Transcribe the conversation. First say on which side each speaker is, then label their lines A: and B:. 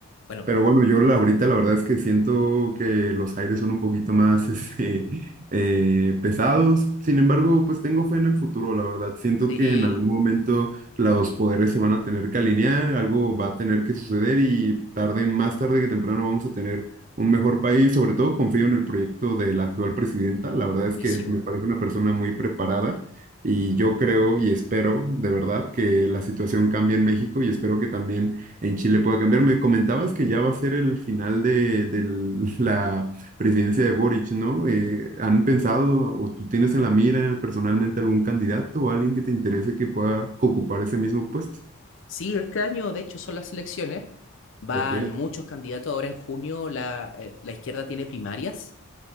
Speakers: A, on the left; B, on the right.
A: Bueno,
B: Pero bueno, yo la, ahorita la verdad es que siento que los aires son un poquito más este, <laughs> eh, pesados. Sin embargo, pues tengo fe en el futuro, la verdad. Siento
A: sí,
B: que en algún momento los poderes se van a tener que alinear, algo va a tener que suceder y tarde, más tarde que temprano vamos a tener un mejor país. Sobre todo confío en el proyecto de la actual presidenta. La verdad
A: buenísimo.
B: es que me parece una persona muy preparada. Y yo creo y espero de verdad que la situación cambie en México y espero que también en Chile pueda cambiar. Me comentabas que ya va a ser el final de, de <laughs> la presidencia de Boric, ¿no? Eh, ¿han pensado o tú tienes en la mira personalmente algún candidato o alguien que te interese que pueda ocupar ese mismo puesto?
A: Sí, este año, de hecho, son las elecciones. Van
B: Ok.
A: muchos candidatos. Ahora en junio la, eh, la izquierda tiene primarias